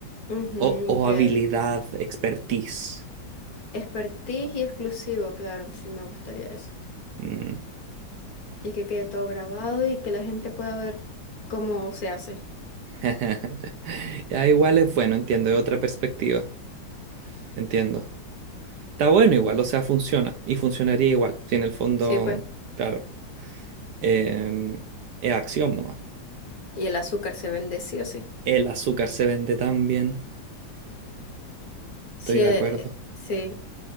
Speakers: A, on the left; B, on the right.
A: Ujú,
B: O, o
A: y que
B: habilidad, expertise.
A: expertise y exclusivo, claro, sí me gustaría eso.
B: Mm.
A: Y que quede todo grabado y que la gente pueda ver cómo se hace.
B: <laughs> Ya, igual es bueno, entiendo, es otra perspectiva, entiendo. Está bueno igual, o sea, funciona y funcionaría igual. Si en el fondo,
A: Sí, pues.
B: claro, em, es acción nomás.
A: Y el azúcar se vende sí o sí.
B: El azúcar se vende tan bien,
A: Sí,
B: estoy
A: eh,
B: de acuerdo.
A: sí,